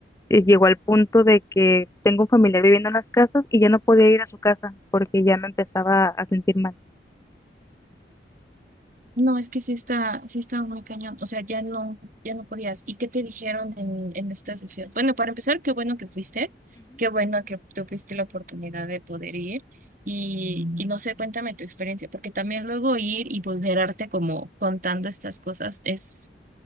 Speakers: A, on the left; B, on the right.
A: eh, llegó al punto de que tengo un familiar viviendo en las casas y ya no podía ir a su casa porque ya me empezaba a sentir mal.
B: No, es que sí está, sí estaba muy cañón. O sea, ya no, ya no podías. ¿Y qué te dijeron en, en esta sesión? Bueno, para empezar, qué bueno que fuiste, qué bueno que tuviste la oportunidad de poder ir. Y, y no sé, cuéntame tu experiencia, porque también luego ir y vulnerarte como contando estas cosas es,